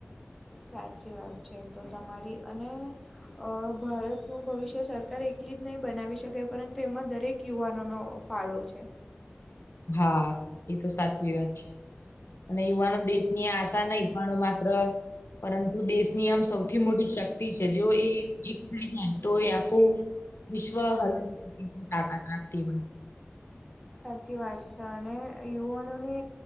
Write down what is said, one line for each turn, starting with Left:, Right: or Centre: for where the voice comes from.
Centre: સાચી વાત છે તો તમારી અને અ ભારતનું ભવિષ્ય સરકાર એકલી જ નઈ બનાવી પરંતુ એમાં દરેક યુવાનોનો ફાળો છે.
Left: હા એ તો સાચી વાત છે. અને યુવાનો દેશની આશા નઈ પણ માત્ર પરંતુ દેશની આમ સૌથી મોટી શક્તિ છે. જેઓ એ એક થઈ જાય તો એ આખું વિશ્વ <unintelligible> તાકાત રાખતી હોય છે.
Centre: સાચી વાત છે અને યુવાનોને